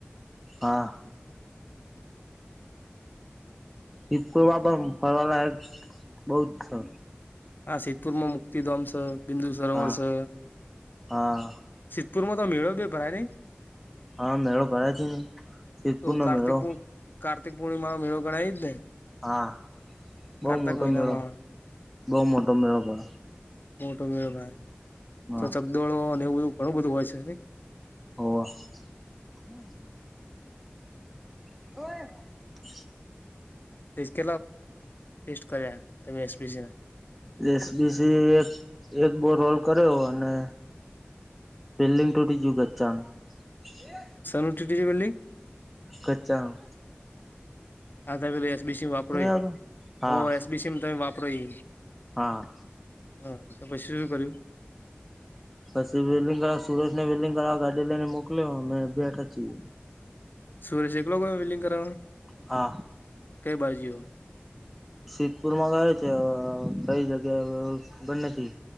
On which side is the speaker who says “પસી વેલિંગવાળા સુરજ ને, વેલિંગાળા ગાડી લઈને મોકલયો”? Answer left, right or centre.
Centre